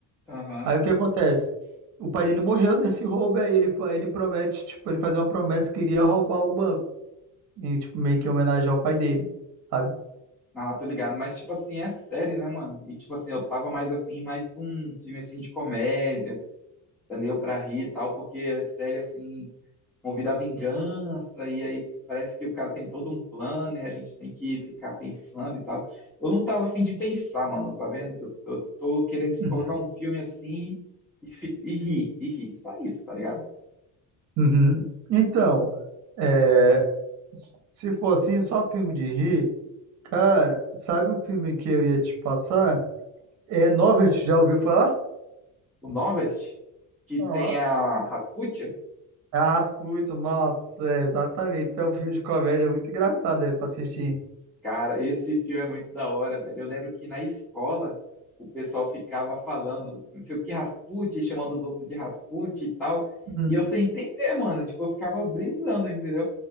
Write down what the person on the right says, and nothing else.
Aí o que acontece? O pai dele morreu nesse roubo, aí ele, fa- ele promete, tipo, ele faz uma promessa que iria roubar o banco, e, tipo, meio que em homenagem ao pai dele, sabe?
Uhum.
Uhum. Então, é, se for assim, só filme de rir, cara, sabe um filme que eu ia te passar? É Norbert, já ouviu falar?
Aham.
Ah, Rasputin, nossa, é, exatamente. É um filme de comédia muito engraçado, é, pra assistir.
Uhum.